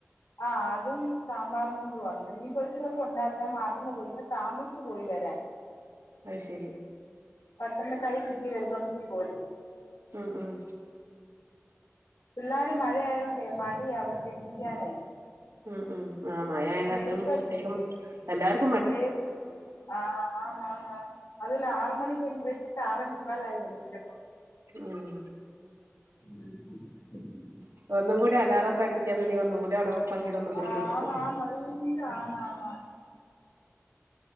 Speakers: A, on the left; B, on the right.
A: ആഹ് അതും സാമ്പാറും കൊണ്ട് വന്ന് മീൻ പൊരിച്ചതൊക്കെ ഉണ്ടായിരുന്നു ഞാൻ മറന്ന് പോയി ഇന്ന് താമസിച്ച് പോയി വരാൻ
B: അത് ശരി
A: പെട്ടെന്ന് കൈ കിട്ടിയത് എടുത്തോണ്ടിങ്ങ് പോര്
B: ഉം ഉം
A: പിള്ളേർ മഴയയോണ്ടേ മടി അവർക്ക് എണിക്കാന്
B: ഉം ഉം ആഹ് മഴായ കാരണം
A: വേവിപ്പ
B: കുട്ടിക്കും എല്ലാവർക്കും
A: വേ ആഹ ആഹ് ആന്ന് ആന്ന് അതല്ല ആറ് മണിക്ക് ആറേ മുക്കാലായി എണീറ്റപ്പം
B: ഉം
A: ഉം
B: ഒന്നും കൂടി അലാറൊക്കെ അടിക്കാന്നെങ്ക ഒന്നും കൂടി അട ഓഫ്‌ ആക്കീട്ട് ഒന്നും കൂടി
A: ആന്നാന്ന്
B: കെടക്കും
A: നല്ല ആണാന്നാണ്